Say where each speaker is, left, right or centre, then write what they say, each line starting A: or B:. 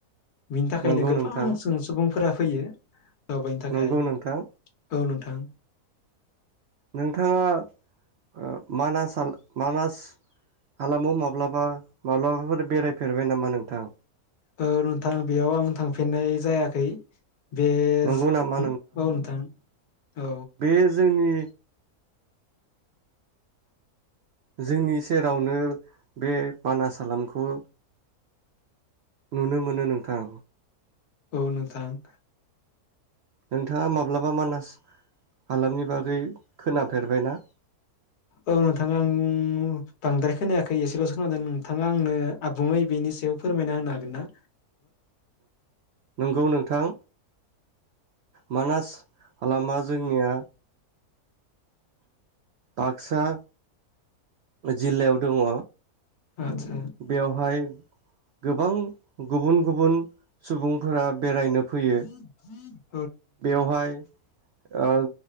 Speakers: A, on the left; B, on the right.
A: बिनि थाखायनो
B: नंगौ
A: गोबां
B: नोंथां
A: सुबुंफोरा फैयो। औ दावबायनी थाखाय
B: नंगौ नोंथां
A: औ थां।
B: नोंथाङा ओ मानास मानास हालामाव माब्लाबा माब्लाबाफोर बेरायफेरबाय नामा नोंथां।
A: औ नोंथां बेयाव आं थांफिननाय जायाखै। बेज
B: नंगौ नामा
A: ओ नोंथां। औ
B: बे जोंनि। जोंनि सेरावनो बे मानास हालामखौ नुनो मोनो नोंथां।
A: औ नोंथां।
B: नोंथाङा माब्लाबा मानास हालामनि बागै खोनाफेरबायना।
A: औ नोंथाङा आं बांद्राय खोनायाखै एसेल'सो खोनादों नोंथाङा आंनो आबुङै बेनि सायाव फोरमायना होनो हागोन ना।
B: नंगौ नोंथां। मानास हालामा जोंनिया बाक्सा जिल्लायाव दङ
A: आदसा।
B: बेवहाय गोबां गुबुन गुबुन सुबुंफोरा बेरायनो
A: <inaudible>
B: फैयो बेवहाय ओ